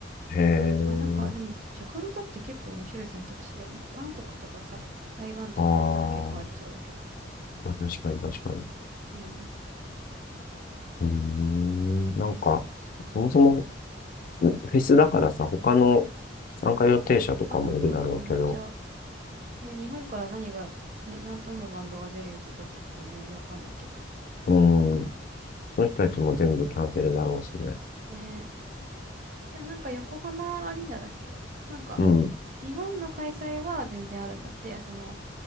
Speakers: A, on the left; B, on the right.
A: へえ。
B: まあなんか、でも、ジャカルタって結構面白い選択肢だよね。バンコクとかさ、台湾とかだったら結構ありそうだけど。
A: あーまあ、確かに確かに。
B: うん。
A: うーん。なんか、
B: そうそうそう。
A: そもそもフェスだからさ、他の参加予定者とかもいるだろうけど、
B: あ、そうそうそう。めっちゃ、ね、日本から何が、ね、なん、どのバンドが出る予定だったとかも全然わかんないけど。
A: うん、その人たちも全部キャンセルだろうしね。
B: ね。でもなんか横浜アリーナだっけなんか、
A: うん、
B: 日本の開催は全然あるんだって。その、